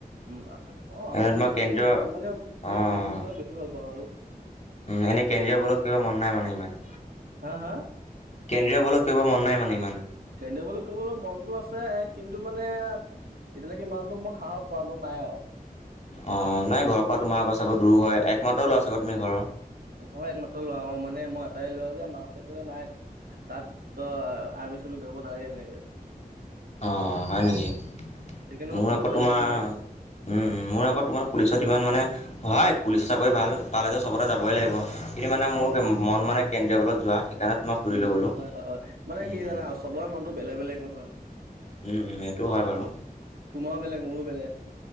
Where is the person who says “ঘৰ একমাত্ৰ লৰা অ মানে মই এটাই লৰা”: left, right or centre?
Right